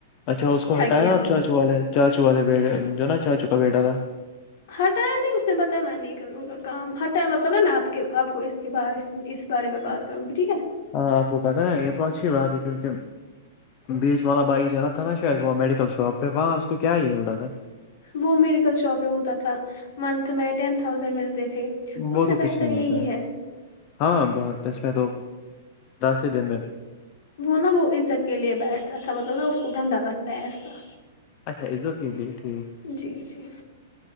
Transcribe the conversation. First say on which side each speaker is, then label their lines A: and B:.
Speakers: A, on the left; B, on the left.
A: اچھا اس کو ہٹایا
B: کیا
A: آپ
B: مگر
A: چاچو والے چاچو والے بیٹے جو نا چاچو کا بیٹا تھا
B: ہٹایا نہیں اس نے بتایا میں نہیں کروںا کام ہٹایا مطلب نا میں آپ کے آپ کو اس کے بر اس بارے میں بات کروں گی ٹھیک ہے
A: ہاں آپ کو پتاہ ہے یہ تو اچھی بات ہے کیونکہ بیچ والا بائک چ رہا تھا نا شاید وہ میڈیکل شاپ پہ وہاں اس کو کیا ہی مل رہا تھا
B: وہ میڈیکل شاپ پ ہوتا تھا منتھ میں ٹین تھازینڈ ملتے تھے اس
A: وہ
B: سے
A: تو کچھ
B: بہتر
A: نہیں ہوتا
B: یہی ہے
A: ہاں بہ اس میں تو دس ہی دن میں
B: وہ نا وہ عزت کے لیے بیٹھتا تھا مطلب نا اس کو گندا لگتا ہے ایسا
A: اچھا عزت کے لیے ٹھیک
B: جی جی